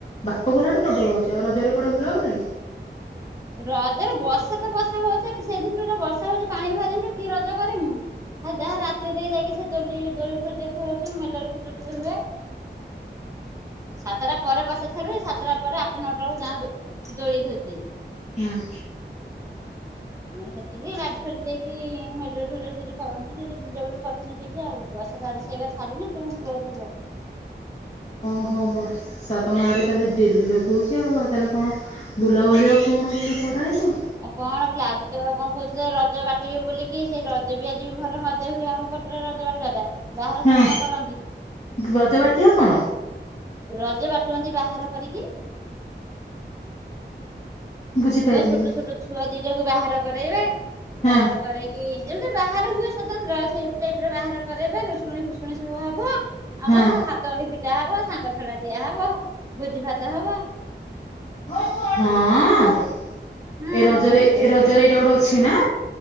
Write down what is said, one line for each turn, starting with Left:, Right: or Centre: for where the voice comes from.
Left: ବାପଘର ଆଡେ ପ୍ରବଳ ହଉଛି, ଆଉ ରଜରେ କୁଆଡ଼େ ବୁଲା ହଉନି?
Right: ରଜରେ ବର୍ଷା ତ ବର୍ଷା ହଉଛି, ସେଇ ଦିନରୁୁ ବର୍ଷା ହଉଚଛି ପାଣି ଭ ଦିନୁ କି ରଜ କରିମୁ। ଆଉ ଯାହା ରାତିରେ ଯାଇକି, ସେ ଦୋଲି ଦୋଳୀ ଫୁଳୀ ଖେଳଚୁ, ମେଲଡି ଫେଲଡି ହୁଏ। ସାତଟା ପରେ ବର୍ଷା ଛାଡିବ, ସାତଟା ପରେ ଆଠଟା, ନଅଟା ବେଳକୁ ଯାଁ ଦୋଳି ଖେଳତି।
Left: ହଁ।
Right: ଆମର ସେତିକି, ରାଜ ଫଡି ଦେଇକି ମେଲ ଫେଲ ସେଠି କରନ୍ତି ସେ ବୁଲା ବୁଲି କରି ସେଠି ଆଉ ବର୍ଷା ତ ଆଜି ସେଇା ଛାଡୁ ନା ତମ କୁଆଡେ ଯିବ। କରିତେ।
Left: ହଁ। ବର୍ଷା ତମ ଆଡେ ତାହେଲେ ଡେଲି ଲଗଉଛି ଆଉ ତାହେଲେ କଣ ବୁଲାବୁଲି ଆଉ କଣ କିନ୍ତୁ କରାହେଇଥିବ।
Right: ଆଉ କଣ ବୋଲେ ଆଜି ତ କଣ କହୁଥିଲେ ରଜ ବାଟିବେ ବୋଲିକି, ସେଇ ରଜ ବି ଆଜି ଭଲ ମଜା ହୁଏ ଆମ ରଜ ବାଟ ଟା, ବାହାର
Left: ହଁ
Right: ସେମାନ କରନ୍ତି।
Left: ବ୍ରଜବାଟିଆ
Right: ଆଉ
Left: କଣ
Right: ସେ ରଜ ବାଟୁଅନ୍ତି ବାହାର କରିକି
Left: ବୁଝିପାଇଲିନି
Right: ପୁଅ ଛୋଟ ଛୋଟ ଛୁଆ ଦିଟାକୁ ବାହାର କରେଇବେ,
Left: ହଁ
Right: ବାହାର କରେଇକି ଯେମତି ବାହାରେ ହୁଏ ସ୍ଵତନ୍ତ୍ର ସେଇ ଟାଇପିର ବାହାର କରେଇବେ ରୁଷୁଣୀ ଫୁଷୁନି ସବୁ ହବ।
Left: ହଁ
Right: ଆମର ହାତ ଗଣ୍ଡି ଫିଟା ହବ ସାଙ୍ଗ ଛଡା ଦିଆ ହବ ଭୋଜି ଭାତ ହବ।
Left: ହଁ
Right: ହଁ
Left: ଏ ରଜରେ
Right: ଆମର ଏମିତି କରି
Left: ଏ ରଜରେ
Right: ରଜ
Left: ଏଇଟା ଗୋଟେ ଅଛି ନା।